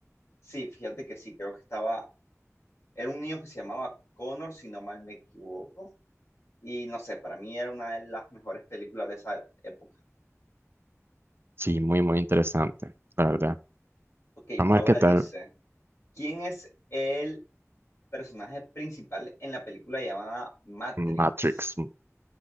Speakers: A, on the left (about 60°); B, on the right (about 45°).
A: Sí, fíjate que sí, creo que estaba, era un niño que se llamaba Connor, si no mal me equivoco, y no sé, para mí era una de las mejores películas de esa época.
B: Sí, muy, muy interesante, la verdad.
A: Ok,
B: Vamos
A: ahora
B: a ver qué tal.
A: dice, ¿quién es el personaje principal en la película llamada Matrix?
B: Matrix